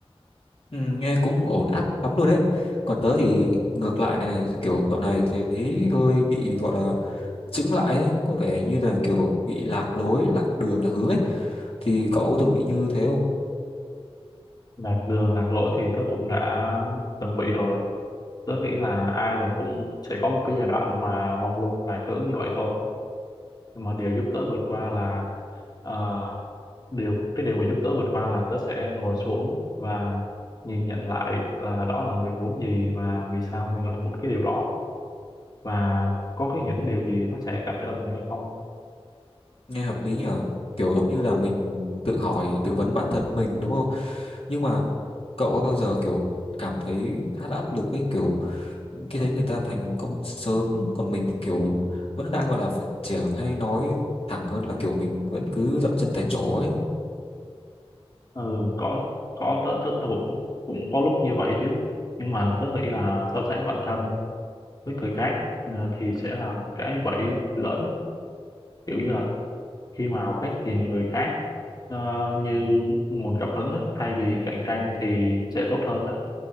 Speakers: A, on the left (about 65°); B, on the left (about 40°).
A: Ừ, nghe cũng ổn áp lắm luôn đấy còn tớ thì ngược lại này kiểu dạo này thấy hơi bị gọi là chững lại ấy có vẻ như là kiểu bị lạc lối lạc đường lạc hướng ấy thì cậu có từng bị như thế không
B: lạc đường lạc lối thì tớ cũng đã từng bị rồi tớ nghĩ là ai rồi cũng sẽ có một cái giai đoạn mà mông lung lạc hướng như vậy thôi nhưng mà điều giúp tớ vượt qua là ờ, điều cái điều mà giúp tớ vượt qua là tớ sẽ ngồi xuống và nhìn nhận lại là đó là mình muốn gì và vì sao mình lại muốn cái điều đó và có cái những điều gì nó sẽ cản trở mình hay không
A: nghe hợp lý nhở kiểu giống như là mình tự hỏi tự vấn bản thân mình đúng không nhưng mà cậu có bao giờ kiểu cảm thấy khá là áp lực ấy kiểu khi thấy người ta thành công sớm còn mình thì kiểu vẫn đang gọi là phát triển hay nói thẳng hơn là kiểu mình vẫn cứ dậm chân tại chỗ ấy
B: ừ, có có tớ tớ, tớ cũng cũng có lúc như vậy chứ nhưng mà tớ nghĩ là so sánh bản thân với người khác ờ, thì sẽ là một cái bẫy lớn kiểu như là khi mà học cách nhìn người khác Ờ, như nguồn cảm hứng á, thay vì cạnh tranh thì sẽ tốt hơn đó.